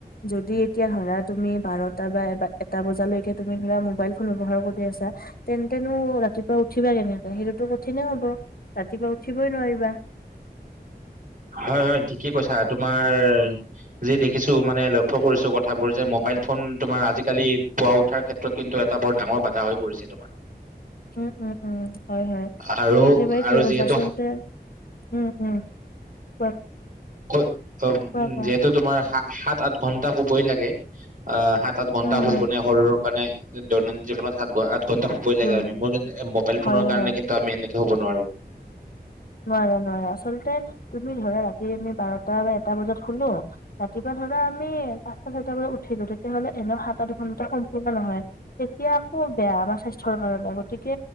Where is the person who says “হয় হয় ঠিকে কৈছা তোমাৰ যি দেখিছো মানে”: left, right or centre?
Right